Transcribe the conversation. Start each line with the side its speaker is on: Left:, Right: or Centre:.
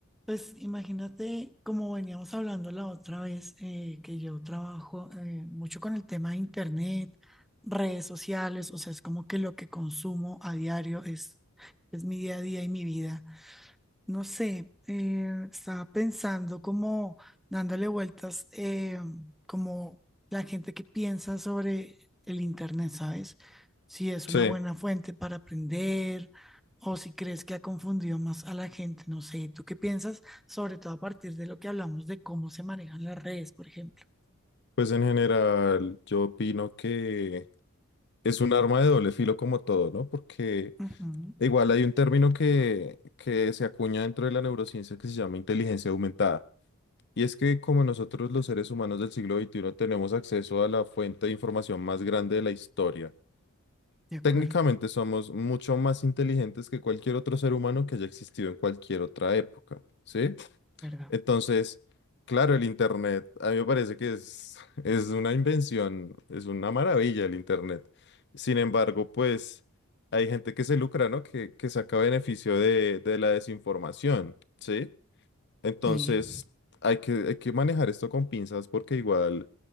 Centre: Pues imagínate, como veníamos hablando la otra vez, eh, que yo trabajo eh, mucho con el tema de internet, redes sociales, o sea, es como que lo que consumo a diario es, es mi día a día y mi vida no sé, eh, estaba pensando como dándole vueltas, eh, como la gente que piensa sobre el Internet, ¿sabes? Si es una
Left: Sí,
Centre: buena fuente para aprender o si crees que ha confundido más a la gente, no sé, ¿tú qué piensas? Sobre todo a partir de lo que hablamos de cómo se manejan las redes, por ejemplo.
Left: pues en general yo opino que es un arma de doble filo como todo, ¿no? Porque
Centre: Ujú,
Left: igual hay un término que, que se acuña dentro de la neurociencia que se llama inteligencia aumentada. Y es que como nosotros los seres humanos del siglo veintiuno tenemos acceso a la fuente de información más grande de la historia,
Centre: De acuerdo,
Left: técnicamente somos mucho más inteligentes que cualquier otro ser humano que haya existido en cualquier otra época, ¿sí?
Centre: ¿verdad?
Left: Entonces, claro, el Internet, a mí me parece que es, <laughs> es una invención, es una maravilla el Internet. Sin embargo, pues hay gente que se lucra, ¿no? Que, que saca beneficio de, de la desinformación, ¿sí? Entonces,
Centre: Sí.
Left: hay que, hay que manejar esto con pinzas porque igual